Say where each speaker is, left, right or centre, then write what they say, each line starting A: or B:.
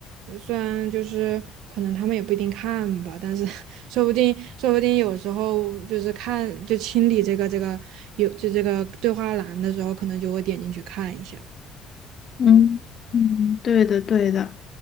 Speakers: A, on the right; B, on the left.
A: 呃虽然就是可能他们也不一定看吧，但是 <laughs> 说不定说不定有时候就是看就清理这个这个有就这个对话栏的时候，可能就会点进去看一下。
B: 嗯嗯，对的对的，